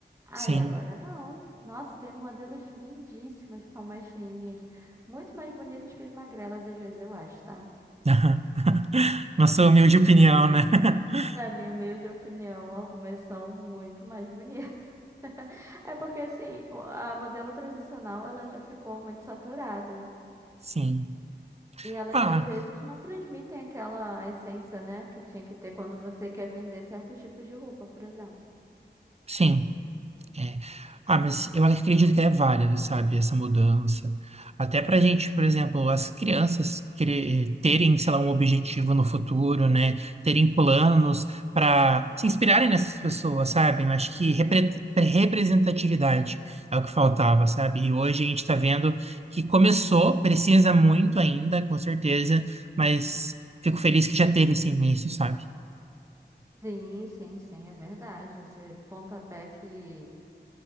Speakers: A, on the right; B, on the right.
A: Aí,
B: sim.
A: agora não. Nossa, tem modelos lindíssimas que são mais cheinhas, muito mais bonitas que as magrelas, às vezes, eu acho, tá?
B: Aham. <laughs> Nossa humilde opinião, né? <laughs>
A: Na minha humilde opinião, algumas são muito mais bonitas. <laughs> É porque assim, o- a modelo tradicional ela já ficou muito saturada.
B: Sim.
A: E elas
B: Ah,
A: às vezes não transmitem aquela essência, né, que tinha que ter quando você quer vender certos tipos de roupa, por exemplo.
B: sim. É. Ah, mas eu acredito que é válido, sabe, essa mudança. Até para a gente, por exemplo, as crianças cre- terem, sei lá, um objetivo no futuro, né? Terem planos para se inspirarem nessas pessoas, sabe? Eu acho que repre- representatividade é o que faltava, sabe? E hoje a gente está vendo que começou, precisa muito ainda, com certeza, mas fico feliz que já teve esse início, sabe?
A: Sim, sim, sim, é verdade. Esse pontapé que